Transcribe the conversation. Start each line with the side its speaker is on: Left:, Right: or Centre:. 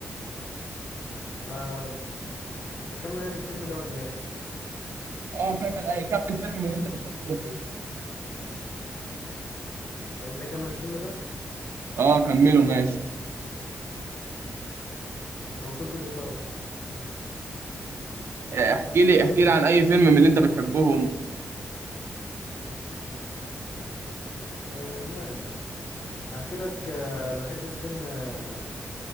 Left: آه نكمل يعني الفيلم ده ولا ايه
Right: اه كمل اي كمل فيلم من اللي انت بتحبهم كده
Left: عايز نكمل الفيلم ده
Right: اه كمله ماشي
Left: انت وصلت ليه طيب
Right: احكي لي احكي لي عن اي فيلم من اللي انت بتحبهم
Left: آه ماشي احكي لك آه بحب فيلم آه